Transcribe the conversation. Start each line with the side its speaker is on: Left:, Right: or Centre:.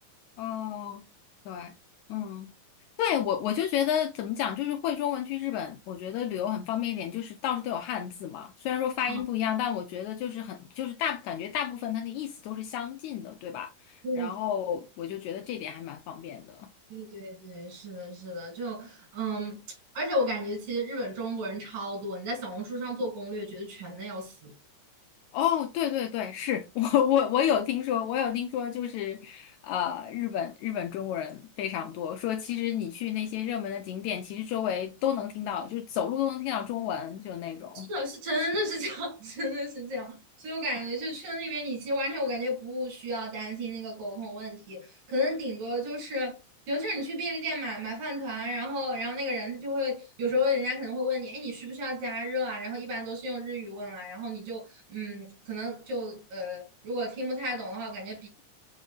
Left: 哦，对，嗯，对，我我就觉得怎么讲，就是会中文去日本，我觉得旅游很方便一点，就是到处都有汉字嘛。虽然说发音不一样，
Right: 啊，
Left: 但我觉得就是很，就是大，感觉大部分它的意思都是相近的，对吧？
Right: 对
Left: 然后我就觉得这点还蛮方便的。
Right: 对对对，是的，是的，就嗯，而且我感觉其实日本中国人超多，你在小红书上做攻略，觉得全的要死。
Left: 哦，对对对，是 <laughs> 我我我有听说，我有听说，就是呃，日本日本中国人非常多，说其实你去那些热门的景点，其实周围都能听到，就是走路都能听到中文，就那种。
Right: 是的，是真的是这样，<laughs> 真的是这样。所以我感觉就去了那边，你其实完全我感觉不需要担心那个沟通问题，可能顶多就是，比如就是你去便利店买买饭团，然后然后那个人他就会有时候人家可能会问你，哎，你需不需要加热啊？然后一般都是用日语问啊，然后你就嗯，可能就呃，如果听不太懂的话，我感觉比。